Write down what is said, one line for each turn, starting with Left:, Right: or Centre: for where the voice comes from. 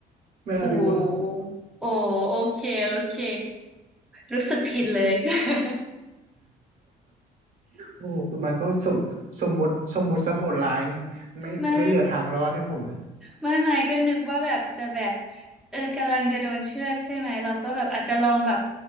Right: ไม่เอาดีกว่า
Centre: โอ้โอ้โอเคโอเครู้สึกผิดเลย <laughs>
Right: โอ้คุณไมค์ก็สมสมมุติสมมติซะโหดร้ายเลยไม่ไม่เหลือทางรอดให้ผมเลย
Centre: แม่ ไม่ไม่ก็นึกว่าแบบจะแบบเออกำลังจะโดนเชื่อดใช่ไหมเราก็แบบอาจจะลองแบบ